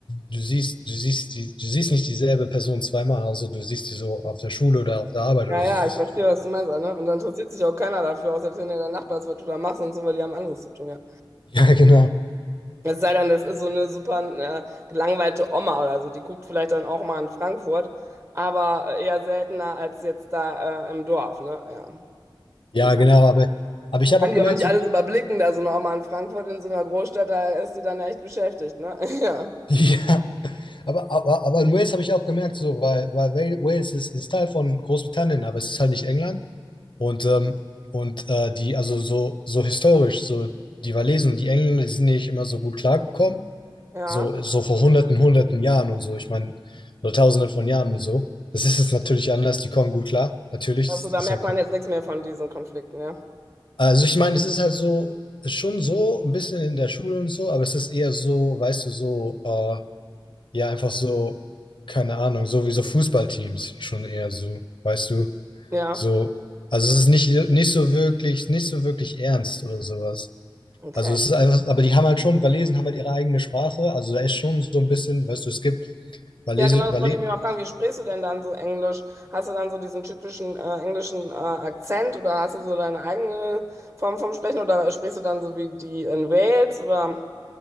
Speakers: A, on the left; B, on the right.
A: du siehst, du siehst die, du siehst nicht dieselbe Person zweimal, also du siehst die so auf der Schule oder auf der Arbeit
B: Ja,
A: oder
B: ja,
A: sowas.
B: ich verstehe, was du meinst, ne? Und dann interessiert sich auch keiner dafür, auch selbst wenn der Nachbar ist, was du da machst und so, weil die haben anderes zu tun, ja.
A: Ja, genau.
B: Es sei denn, das ist so eine super äh, gelangweilte Oma oder so. Die guckt vielleicht dann auch mal in Frankfurt, aber äh, eher seltener als jetzt da äh, im Dorf, ne? Ja.
A: Ja,
B: Und
A: genau, aber, aber ich habe
B: kann
A: auch
B: die
A: gemerkt,
B: auch nicht
A: so,
B: alles überblicken, da so eine Oma in Frankfurt in so einer Großstadt, da ist die dann echt beschäftigt, ne? <laughs> Ja.
A: <laughs> ja, aber, aber, aber in Wales habe ich auch gemerkt, so, weil, weil Wa- Wales ist, ist Teil von Großbritannien, aber es ist halt nicht England. Und, ähm, und äh, die, also so, so historisch, so die Walesen und die Engländer, die sind nicht immer so gut klargekommen.
B: Ja.
A: So, so vor hunderten, hunderten Jahren und so, ich meine, oder tausenden von Jahren und so. Das ist jetzt natürlich anders, die kommen gut klar. Natürlich,
B: Also
A: das
B: da
A: ist
B: merkt
A: ja,
B: man jetzt nichts mehr von diesen Konflikten, ja.
A: Also ich meine, es ist halt so, schon so ein bisschen in der Schule und so, aber es ist eher so, weißt du, so, äh, ja, einfach so, keine Ahnung, so wie so Fußballteams schon eher so, weißt du,
B: Ja.
A: so, also es ist nicht, nicht so wirklich, nicht so wirklich ernst oder sowas.
B: Okay.
A: Also es ist einfach, aber die haben halt schon, Walesen haben halt ihre eigene Sprache, also da ist schon so ein bisschen, weißt du, es gibt Walese,
B: Ja, genau, das
A: Wale,
B: wollte ich mir mal fragen. Wie sprichst du denn dann so Englisch? Hast du dann so diesen typischen äh, englischen äh, Akzent oder hast du so deine eigene Form vom Sprechen oder sprichst du dann so wie die in Wales oder?